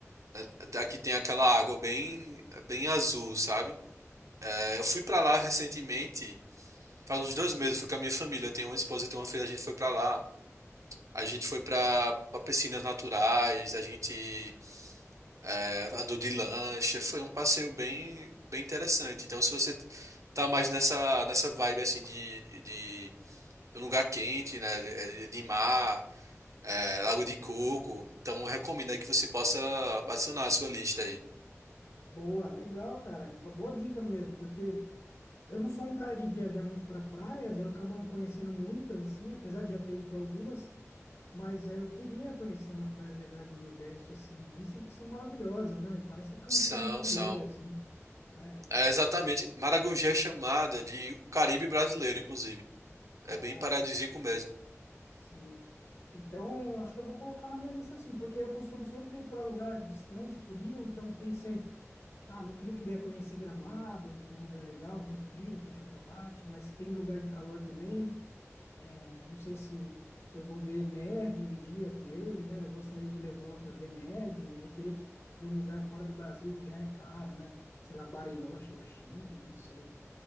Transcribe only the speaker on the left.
Boa, legal, cara. Uma boa dica mesmo, porque eu não sou um cara de viajar muito para praias, eu acabo não conhecendo muitas, assim, apesar de já ter ido para algumas. Mas é, eu queria conhecer umas praias legais do Nordeste, assim. Dizem que são maravilhosas, né? Parece a Cancún
brasileira,
assim, né? Eu,
ah,
entendi.
Sim. Então, eu acho que eu vou colocar na minha lista, assim, porque eu costumo sempre ir para lugar distante, frio. Então, pensei, ah, meu filho queria conhecer Gramado, que é um lugar legal, tem frio, tem chocolate, mas tem lugar de calor também. Não sei se eu vou ver neve um dia com ele, né? Eu gostaria de levá-lo para ver neve, aí teria que ver um lugar fora do Brasil, já é caro, né? Sei lá, Bariloche ou Chile, eu não sei.